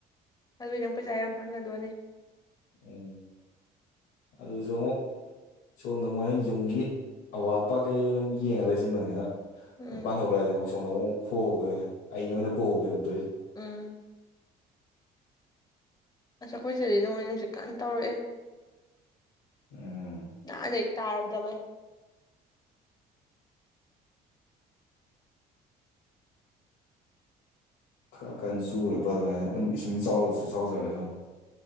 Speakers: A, on the left; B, on the left.
A: ꯑꯗꯨꯏ ꯅꯪ ꯄꯩꯁꯥ ꯌꯥꯝ ꯐꯪꯉꯗꯣꯏꯅꯦ
B: ꯎꯝ ꯑꯗꯨꯁꯨ ꯉꯣ ꯁꯣꯝꯗ ꯃꯣꯏꯅ ꯌꯨꯝꯒꯤ ꯑꯋꯥꯠ ꯑꯄꯥ ꯀꯩ ꯑꯗꯨꯨꯝ ꯌꯦꯡꯉ ꯂꯩꯁꯤꯟꯕꯅꯤꯅ
A: ꯎꯝ
B: ꯃꯣꯏ ꯄꯥꯟꯊꯣꯛꯈ꯭ꯔꯗꯤ ꯁꯣꯝꯗ ꯑꯃꯨꯛ ꯍꯣꯍꯧꯗꯣꯏꯅꯦ ꯑꯩꯅꯣꯏ ꯑꯣꯏꯅ ꯄꯨꯍꯧꯗꯣꯏꯛꯇꯣꯏ
A: ꯎꯝ ꯑꯁ ꯑꯩꯈꯣꯏꯁꯤꯗꯗꯤ ꯅꯣꯡꯂꯩ ꯅꯨꯡꯁꯤꯠ ꯀꯟꯅ ꯇꯧꯔꯛꯑꯦ
B: ꯎꯝ
A: ꯅꯍꯥꯟꯗꯩ ꯇꯥꯔꯨꯗꯕꯩ
B: ꯈꯔ ꯀꯟ ꯆꯨꯔ ꯐꯗꯣꯏꯅꯦ ꯑꯗꯨꯝ ꯏꯁꯤꯡ ꯆꯥꯎꯔꯁꯨ ꯆꯥꯎꯖꯔꯁꯅꯣ